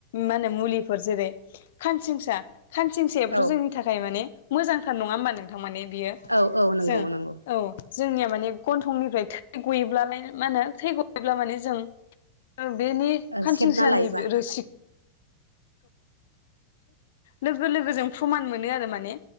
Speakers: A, on the left; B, on the right.
A: मा होनो मुलिफोर जेरै खानसिंसा खानसिंसायाबोथ'
B: ओ
A: जोंनि थाखाय माने मोजांथार नङा होमबा नोंथां माने बियो जों
B: औ औ नंगौ नंगौ
A: औ जोंनिया माने गन्थंनिफ्राय थै गयोब्लालाय मा होनो थै गयोब्ला माने जों बेनि
B: ओ
A: खानसिंसानि
B: सेबना लायोबा
A: रोसिखौ लोगो लोगो जों प्रमान मोनो आरो माने